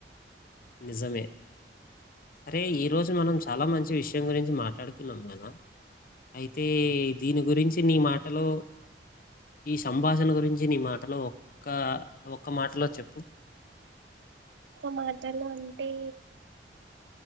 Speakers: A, on the left (about 50°); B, on the right (about 80°).
A: నిజమే సరే
B: హ్మ్
A: ఈ రోజు మనం చాలా మంచి విషయం గురించి మాట్లాడుకున్నాం కదా అయితే దీని గురించి నీ మాటలో ఈ సంభాషణ గురించి నీ మాటలో ఒక్క ఒక్క మాటలో చెప్పు
B: ఒక్క మాటలో అంటే